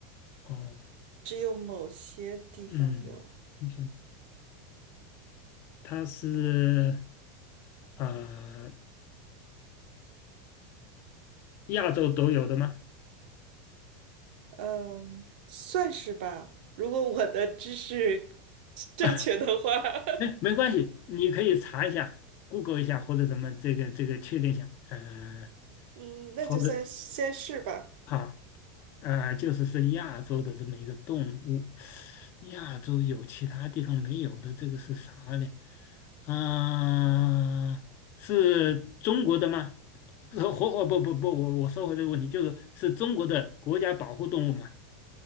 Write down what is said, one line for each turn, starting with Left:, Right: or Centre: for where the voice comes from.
Left: 哦，
Right: 只有某些地方有，
Left: 嗯，英它是啊、呃亚洲都有的吗？
Right: 嗯，算是吧。如果我的知识正确的话，
Left: <laughs>
Right: <laughs>
Left: 哎，没关系，你可以查一下，Google 一下或者什么这个这个确定一下，嗯、
Right: 嗯，那就算先是吧。
Left: 或者好。呃，就是是亚洲的这么一个动物，亚洲有其他地方没有的，这个是啥呢？啊、是中国的吗？呃活活不不不，我我收回这个问题，就是是中国的国家保护动物嘛？